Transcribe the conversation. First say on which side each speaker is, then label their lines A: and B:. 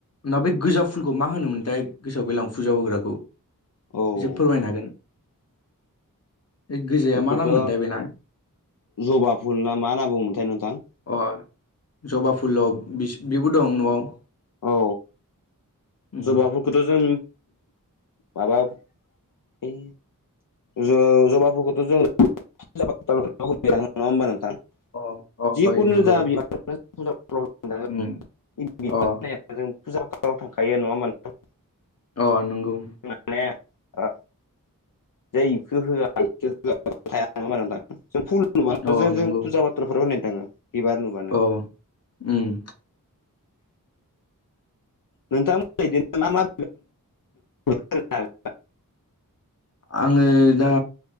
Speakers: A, on the left (about 45°); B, on the left (about 70°).
A: ना बै गोजा फुलखौ मा होनो मोन्थाय गोसोआव गैला आं फुजाआव होग्राखौ।
B: औ।
A: <unintelligible> फोरमायनो हागोन। बे गोजाया
B: इखौथ'
A: मा नाम मोनथाय बेना
B: जबा फुल ना मा होन्ना बुङोमोनथाय नोंथां?
A: अ जबा फुल अ बिस-बिबो दं न'आव।
B: औ
A: उम।
B: जबा फुलखौथ' जों माबा ओइ ज-जबाफोरखौथ' जों <unintelligible> <unintelligible> नङा होमबा नोंथां?
A: अ अ
B: जिखुनु
A: हय नंगौ
B: जा <unintelligible>
A: उम
B: होफैनाङो
A: अ'।
B: <unintelligible> जों फुजा फोराव थांखायो नङा होमबा नोंथां?
A: अ नोंगौ।
B: <unintelligible> जाय इखौ होआ <unintelligible> हाया नङा होमबा नोंथां? जों फुल नुबानो
A: अ
B: जे
A: नंगौ
B: जों फुजा फाथ <unintelligible> दं बिबार नु
A: अ' उम।
B: नोंथां <unintelligible> इदिनो मा मा <unintelligible> <unintelligible>
A: आङो दा